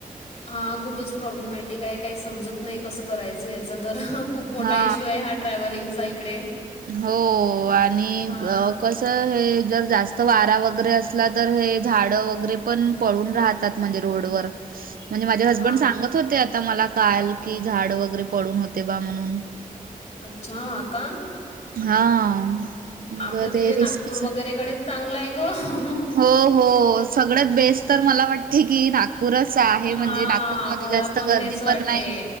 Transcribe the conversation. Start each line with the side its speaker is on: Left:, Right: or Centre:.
Left: हा खूपच प्रॉब्लेमॅटिक आहे, काही समजत नाही कसं करायचं याचा तर, हः खूप मोठा
Right: हा
Left: इश्यू आहॆ. हार्ट ट्रॅव्हलिंगचा इकडे.
Right: हो आणि
Left: हां,
Right: कस. हे जर जास्त वारा वगैरे असला तर हे झाड वगैरे पण पळून राहत. ात म्हणजे रोडवर.
Left: <unintelligible>
Right: म्हणजे माझे हसबंड
Left: हां.
Right: सांगत होते आता मला काल की झाड वगैरे पडून होते बा म्हणून.
Left: अच्छा हा का.
Right: हा. मग
Left: आपलं
Right: ते
Left: तिकडे
Right: रिस्कीच
Left: नागपूर वगैरेकडेच चांगलं आहे ग
Right: हो हो सगळ्यात बेस्ट तर मला वाटते की ना. नागपूरच आहे म्हणजे
Left: हां.
Right: नागपूरमध्ये
Left: मला
Right: जास्त
Left: पण
Right: गर्दी
Left: तेच वाटते.
Right: पण नाही